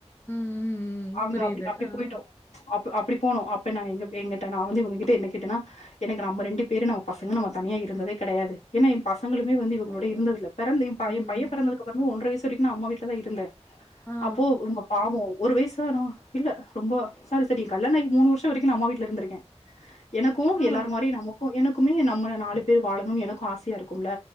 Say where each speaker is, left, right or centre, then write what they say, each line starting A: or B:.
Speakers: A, on the left; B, on the left.
A: ம், ம், ம்.
B: அங்க
A: புரியுது.
B: அப்டி அப்டி
A: ஆ.
B: போய்ட்டோ அப்ப அப்டி போனோ அப்ப நாங்க எங்க எங்கட்ட நா வந்து இவுங்கக்கிட்ட என்ன கேட்டனா என்னங்க நம்ம ரெண்டு பேரு நம்ம பசங்க நம்ம தனியா இருந்ததே கடையாது ஏன்னா என் பசங்களுமே வந்து இவங்களோட இருந்ததில்ல பெறந்த ஏ பை
A: ம்.
B: ஏ பைய பெறந்ததுக்கப்பறமே ஒன்ற வயசு வரைக்கு நா அம்மா வீட்லதா இருந்த
A: ஆ.
B: அப்போ இவ்ங்க பாவொ ஒரு வைசா நா இல்ல ரொம்பொ சாரி சாரி ஏ கல்யாணொ ஆயி மூணு வர்ஷொ வரைக்கு நா அம்மா வீட்ல இருந்துருக்கே எனக் கு
A: ஆ.
B: எல்லார் மாரியு நமக்கு எனக்குமே நம்மள நாலு பேர் வாழணுன் எனக்கு ஆசையா இருக்கும்ல